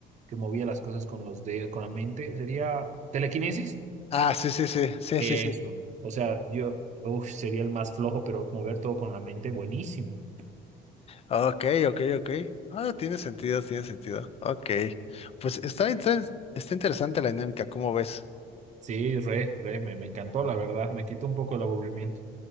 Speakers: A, on the right; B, on the left.
A: que movía las cosas con los dedos, con la mente, sería telequinesis.
B: Ah, sí, sí, sí, sí,
A: Eso.
B: sí, sí.
A: O sea, yo uf, sería el más flojo, pero mover todo con la mente, buenísimo.
B: Ok, ok, ok. Ah, tiene sentido, tiene sentido. Ok.
A: Sí,
B: Pues está, inter- está interesante la dinámica, ¿cómo ves?
A: Sí, re, re, me, me encantó, la verdad. Me quitó un poco el aburrimiento.